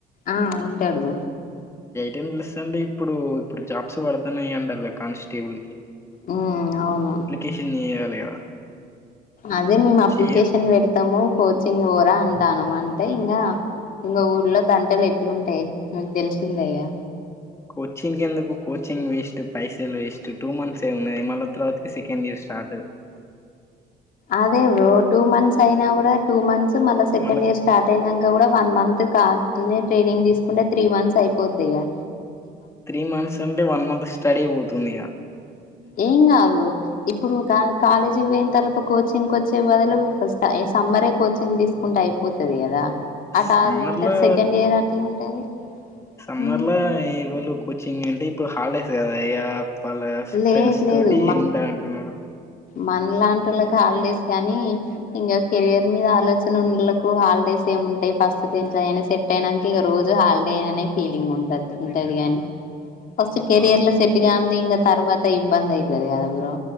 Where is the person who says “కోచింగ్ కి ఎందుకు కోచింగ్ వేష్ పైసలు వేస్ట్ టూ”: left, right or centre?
Left